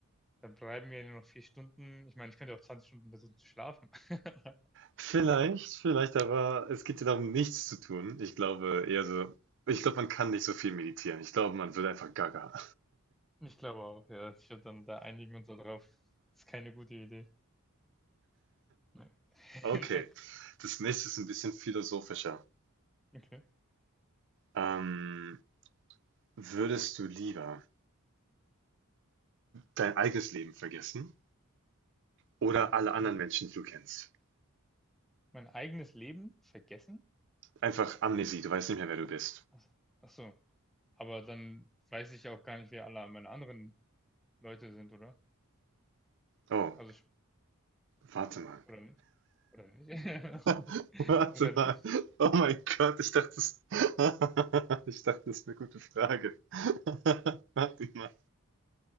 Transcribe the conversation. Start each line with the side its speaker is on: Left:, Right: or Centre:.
Centre: Dann bleiben mir nur noch vier Stunden. Ich meine, ich könnte auch 20 Stunden versuchen zu schlafen. <laughs>
Right: vielleicht, vielleicht, aber es geht ja darum, nichts zu tun. Ich glaube eher so, ich glaube, man kann nicht so viel meditieren. Ich glaube, man wird einfach gaga.
Centre: Ich glaube auch, ja. Ich würde dann da einigen wir uns darauf. Ist keine gute Idee. Nein. <laughs>
Right: Okay,
Centre: Na,
Right: das nächste ist ein bisschen philosophischer.
Centre: Okay.
Right: Ähm, Würdest du lieber dein eigenes Leben vergessen oder
Centre: Mein, eig-
Right: alle anderen
Centre: hm.
Right: Menschen, die du kennst?
Centre: mein eigenes Leben vergessen?
Right: Einfach Amnesie, du weißt nicht mehr, wer du bist.
Centre: Ach, so. ach so. Aber dann weiß ich ja auch gar nicht, wer alle meine anderen Leute sind, oder?
Right: Oh,
Centre: Also, ich-
Right: warte mal.
Centre: oder nicht? Oder nicht? <laughs>
Right: <laughs> Warte
Centre: Oder nicht?
Right: mal. Oh mein Gott, ich dachte, das, <laughs> ich dachte, das ist eine gute Frage. <laughs> Warte mal.